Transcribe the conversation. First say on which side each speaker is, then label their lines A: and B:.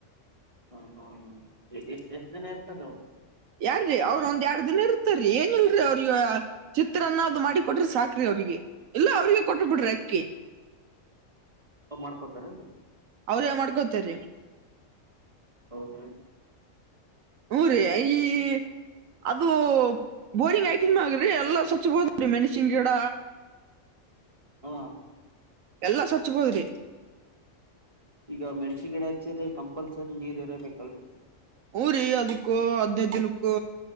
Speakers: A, on the right (about 25°); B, on the right (about 80°).
A: ಹಾ ಹಾ ಹ ಎಷ್ಟ್ ಎಷ್ಟು ಜನ ಇರ್ತಾರ
B: ಯಾರ್ರೀ ಅವ್ರ ಒಂದ್ ಎರಡ್ ದಿನ ಇರ್ತಾರ ಏನ್ ಇಲ್ರಿ ಅವ್ರಗ ಚಿತ್ರನ್ನ ಅದು ಮಾಡಿ ಕೊಟ್ರಿ ಸಾಕ್ರಿ ಅವ್ರಿಗೆ ಇಲ್ಲ ಅವ್ರಿಗೆ ಕೊಟ್ಟು ಬಿಡ್ರ ಅಕ್ಕಿ
A: ಅವ್ರ್ ಮಾಡ್ಕೊತಾರೆನ್ರಿ
B: ಅವರೆ ಮಾಡ್ಕೋತಾರೆ
A: ಹೌದ್ರೀ
B: ಊರೇ ಅಯ್ಯಿ ಅದು ಬೋರಿಂಗ್ ಹಾಕಿಂದಾಗ್ರೀ ಎಲ್ಲ ಸ್ವ ಚುಬೋದು ಮೆಣಸಿನ ಗಿಡ
A: ಹಾ
B: ಎಲ್ಲಾ ಸ್ವಚ್ಛಬೋದ್ರಿ
A: ಈಗ ಮೆಣಸಿ ಗಿಡೆ ಹಚ್ಚಿದ್ರೆ ಕಂ ಕಂಪಲ್ಸರಿ ನೀರ್ ಇರಬೇಕಲ್ರಿ
B: ಊರಿ ಅದಕ್ಕೂ ಹದನೈದು ದಿನಕ್ಕೂ